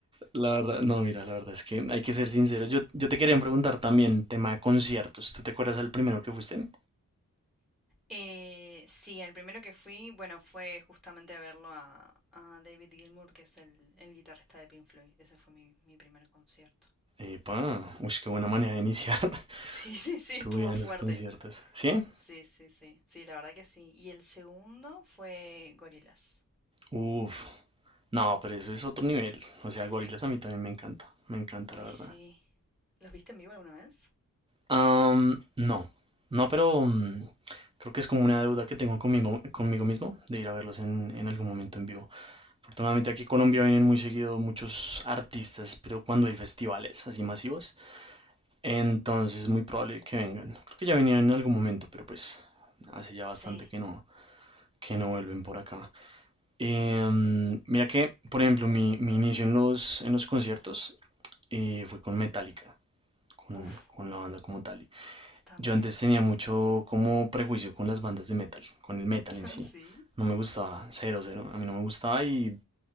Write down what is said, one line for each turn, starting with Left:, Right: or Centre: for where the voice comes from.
Right: La verdad, no, mira, la verdad es que hay que ser sincero. Yo, yo te quería preguntar también, tema de conciertos. ¿Tú te acuerdas del primero que fuiste?
Centre: Eh, sí, el primero que fui, bueno, fue justamente a verlo a, a David Gilmour, que es el, el guitarrista de Pink Floyd. Ese fue mi, mi primer concierto.
Right: Epa, uy, qué buena
Centre: Sí.
Right: manera de iniciar
Centre: <laughs>
Right: <laughs>
Centre: Sí, sí, sí, estuvo
Right: tu vida en
Centre: fuerte.
Right: los conciertos. ¿Sí?
Centre: Sí, sí, sí. Sí, la verdad que sí. Y el segundo fue Gorillaz.
Right: Uf, no, pero eso es otro nivel. O sea,
Centre: Sí.
Right: Gorillaz a mí también me encanta, me encanta,
Centre: Ay,
Right: la verdad.
Centre: sí. ¿Los viste en vivo alguna vez?
Right: Am, no, no, pero mm, creo que es como una deuda que tengo conmigo, conmigo mismo de ir a verlos en, en algún momento en vivo. Afortunadamente aquí en Colombia vienen muy seguido muchos artistas, pero cuando hay festivales así masivos, entonces es muy probable que vengan. Creo que ya venían en algún momento, pero pues hace ya bastante
Centre: Sí.
Right: que no, que no vuelven por acá. Em, mira que, por ejemplo, mi, mi inicio en los, en los conciertos eh, fue con Metallica, con,
Centre: Uf,
Right: con la banda como tal.
Centre: también.
Right: Yo antes tenía mucho como prejuicio con las bandas de metal, con el metal
Centre: <laughs>
Right: en sí.
Centre: ¿Sí?
Right: No me gustaba, cero, cero. A mí no me gustaba y